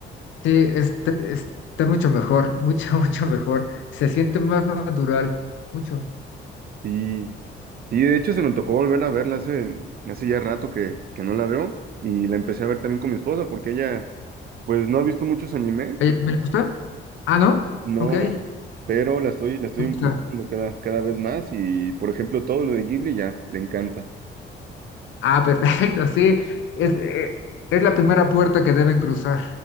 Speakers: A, on the left; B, on the right.
A: sí, está, está mucho mejor, mucho, <laughs> mucho mejor. Se siente más natural, mucho.
B: Sí, sí, de hecho se me antojó volver a verla hace, hace ya rato que, que no la veo y la empecé a ver también con mi esposa porque ella pues no ha visto muchos animes,
A: ¿A ella también le gusta? Ah, ¿no?
B: no,
A: Ok, le
B: pero la estoy, la estoy
A: gusta.
B: involucrando cada, cada vez más y por ejemplo todo lo de Ghibli ya le encanta.
A: Ah, <laughs> perfecto, sí. Es, eh, es la primera puerta que deben cruzar.